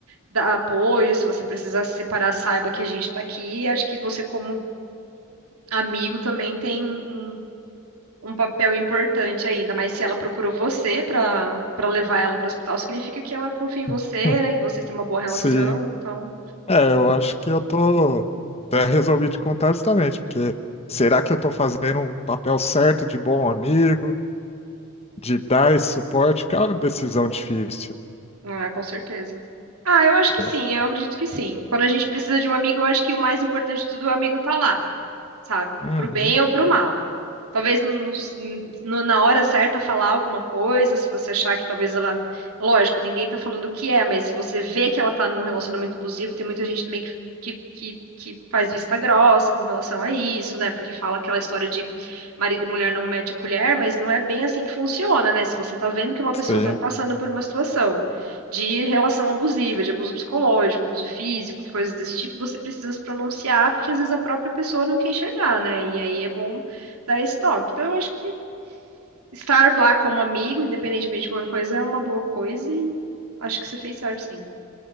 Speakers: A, on the right (about 80°); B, on the left (about 30°).
A: Dar apoio, se você precisar se separar, saiba que a gente tá aqui. Acho que você como amigo também tem um, um papel importante aí, ainda mais se ela procurou você para para levar ela para o hospital, significa que ela confia em
B: <laughs>
A: você, né, que vocês têm uma boa relação.
B: Sim.
A: Então,
B: É, eu acho que eu tô. Até resolvi te contar justamente, porque será que eu tô fazendo um papel certo de bom amigo, de dar esse suporte? Que é uma decisão difícil,
A: Ah, com certeza. Ah, eu acho que
B: né?
A: sim, eu acredito que sim. Quando a gente precisa de um amigo, eu acho que o mais importante de tudo, o amigo tá lá, sabe?
B: Uhum,
A: Pro bem ou pro mal. Talvez no- no- na hora certa falar alguma coisa, se você achar que talvez ela. Lógico, ninguém tá falando o que é, mas se você vê que ela tá num relacionamento abusivo, tem muita gente também que, que, que, que faz vista grossa com relação a isso, né? Porque fala aquela história de marido e mulher não mete a colher, mas não é bem assim que funciona, né? Se você tá vendo que uma pessoa
B: sim.
A: tá passando por uma situação de relação abusiva, de abuso psicológico, abuso físico, e coisas desse tipo, você precisa se pronunciar, porque às vezes a própria pessoa não quer enxergar, né? E aí é bom dar esse toque. Então, eu acho que estar lá como amigo, independentemente de qualquer coisa, é uma boa coisa e acho que você fez certo, sim.